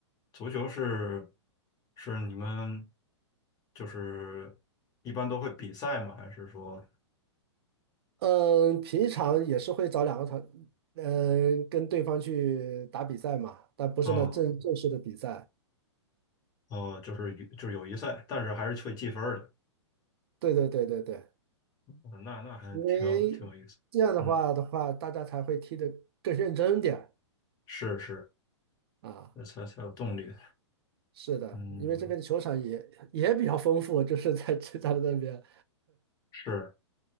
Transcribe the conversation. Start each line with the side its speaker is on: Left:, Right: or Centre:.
Left: 足球是是你们就是一般都会比赛吗？还是说，
Right: 嗯，平常也是会找两个团，嗯，跟对方去打比赛嘛，但不是那正正式的比赛。
Left: 嗯哦，就是与就是友谊赛，但是还是会计分儿的。
Right: 对对对对对，
Left: 哦那那还挺有挺有意思。
Right: 因为这样的话的话，
Left: 嗯，
Right: 大家才会踢得更认真点儿
Left: 是是，
Right: 啊。
Left: 这才才有动力。
Right: 是的，
Left: 嗯，
Right: 因为这边的球场也也比较丰富，就是在浙江的那边，
Left: 是。